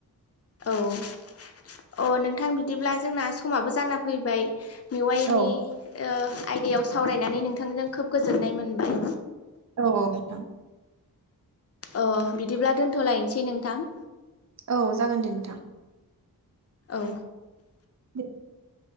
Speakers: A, on the left; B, on the right.
A: <unintelligible> अ नोंथां बिदिब्ला जोंना समाबो जाना फैबाय मेवाइनि
B: औ
A: आयदायाव सावरायनानै नोंथांजों खोब गोजोननाय मोनबाय
B: औ
A: अ बिदिब्ला दोनथ'लायनोसै नोंथां
B: औ जागोन दे नोंथां
A: औ
B: <unintelligible>